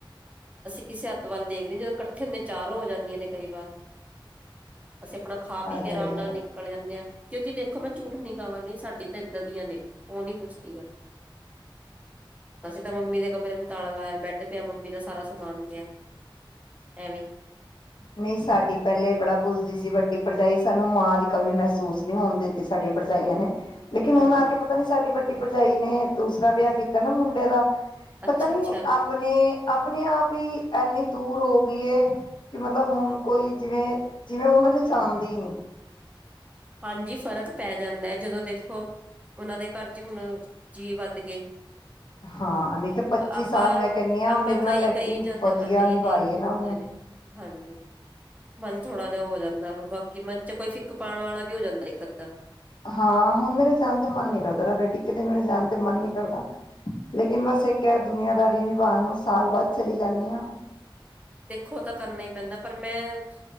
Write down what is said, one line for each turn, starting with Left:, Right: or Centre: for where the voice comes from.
Right: ਕਿਸੇ ਅੱਤ ਵੱਲ ਦੇਖਦੇ ਨਾ ਇਕੱਠੇ ਨੇ ਚਾਰੋਂ ਹੋ ਜਾਂਦੀਆਂ ਨੇ ਕਈ ਵਾਰ ਅਸੀਂ ਆਪਣਾ ਖਾ ਪੀ
Left: ਅਰੇ
Right: ਕੇ ਆਰਾਮ ਨਾਲ ਨਿਕਲ ਜਾਂਦੇ ਹਾਂ ਕਿਉਂਕਿ ਦੇਖੋ ਮੈਂ ਝੂਠ ਨੀ ਕਵਾਗੀ ਸਾਡੀ ਤਾਂ ਇੱਦਾਂ ਦੀਆਂ ਨੇ ਉਹ ਨੀ ਪੁੱਛਦੀਆਂ ਅਸੇ ਤਾਂ ਮੰਮੀ ਦੇ ਕਮਰੇ ਨੂੰ ਤਾਲਾ ਲਾਇਆ ਬੈਡ ਪਿਆ ਮੰਮੀ ਦਾ ਸਾਰਾ ਸਮਾਨ ਪਿਆ ਐਵੇਂ
Left: ਨਹੀਂ ਸਾਡੀ ਪਹਿਲੇ ਬੜਾ ਪੁੱਛਦੀ ਸੀ ਵੱਡੀ ਭਰਜਾਈ ਸਾਨੂੰ ਮਾਂ ਦੀ ਕਮੀ ਮਹਿਸੂਸ ਨਹੀਂ ਹੋਣ ਦਿੱਤੀ ਸਾਡੀਆਂ ਭਰਜਾਈਆਂ ਨੇ ਲੇਕਿਨ,
Right: ਹਾਂਜੀ
Left: ਹੁਣ ਆ ਕੇ ਪਤਾ ਨੀ, ਸਾਡੀ ਬੱਚ ਭਰਜਾਈ ਨੇ ਦੂਸਰਾ ਵਿਆਹ ਕੀਤਾ ਨਾ ਮੁੰਡੇ ਦਾ,
Right: ਅੱਛਾ
Left: ਪਤਾ ਨੀ
Right: ਅੱਛਾ
Left: ਆਪਣੇ ਆਪਨੇ ਆਪ ਈ, ਐਨੀ ਦੂਰ ਓ ਗਈਏ। ਕਿ ਮਤਲਬ, ਹੁਣ ਕੋਈ ਜਿਵੇਂ, ਜਿਵੇਂ ਉਹ ਮੈਨੂੰ ਜਾਨਦੀ ਹੀ ਨਹੀਂ।
Right: ਹਾਂਜੀ ਫ਼ਰਕ ਪੈ ਜਾਂਦਾ ਐ, ਜਦੋਂ ਦੇਖੋ ਉਹਨਾਂ ਦੇ ਘਰ ਚ ਹੁਣ ਜੀਅ ਵੱਧ ਗਏ।
Left: ਹਾਂ, ਨਹੀਂ ਤੇ ਪੱਚੀ
Right: ਆਪਾਂ
Left: ਸਾਲ ਮੈਂ ਕਹਿੰਨੀ ਆਂ,
Right: ਆਪਾਂ
Left: ਮੇਰੇ ਨਾਲ
Right: ਕਈ
Left: ਐਡੀ
Right: ਕਈ ਜਾਂਦੇ
Left: ਵਧੀਆ
Right: ਹਾਂ ਨਹੀਂ
Left: ਨਿਭਾਈ
Right: ਨਹੀਂ
Left: ਹੈ
Right: ਹੁੰਦੇ
Left: ਨਾ ਉਹਨੇ।
Right: ਨੇ ਹਾਂਜੀ, ਮਨ ਥੋੜਾ ਜਿਹਾ ਹੋ ਜਾਂਦਾ ਵ, ਬਾਕੀ ਮਨ ਚ ਕੋਈ ਫ ਕ ਪਾਉਣ ਵਾਲਾ ਵੀ ਹੋ ਜਾਂਦਾ, ਇੱਕ ਅੱਧਾ।
Left: ਹਾਂ ਹੁਣ ਮੇਰੇ ਜਾਣ ਤੇ ਮਨ ਨਹੀਂ ਕਰਦਾ, ਰਖੜਕੇ ਤੇ ਮੇਰੇ ਜਾਣ ਤੇ ਮਨ ਨਹੀਂ ਕਰਦਾ ਲੇਕਿਨ, ਬਸ ਇੱਕ ਹੈ ਦੁਨੀਆਂਦਾਰੀ ਨਿਭਾਉਣ ਨੂੰ ਸਾਲ ਬਾਅਦ ਚਲੀ ਜਾਂਦੀ ਹਾਂ।
Right: ਦੇਖੋ ਤਾਂ ਕਰਨਾ ਈ ਪੈਂਦਾ, ਪਰ ਮੈਂ,